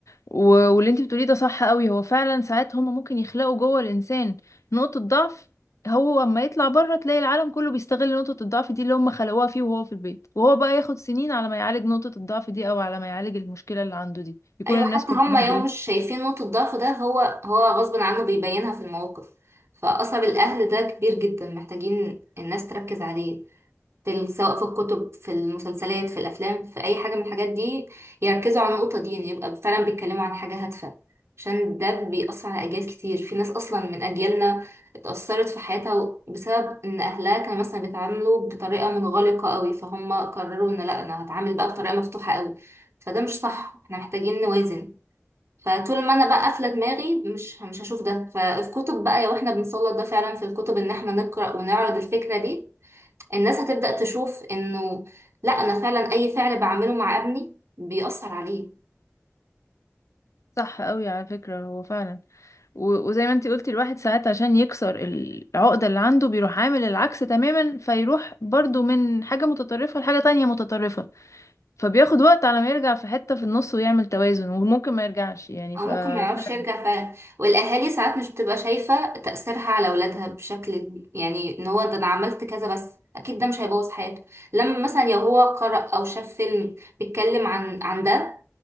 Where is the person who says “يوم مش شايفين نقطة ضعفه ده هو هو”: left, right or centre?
Right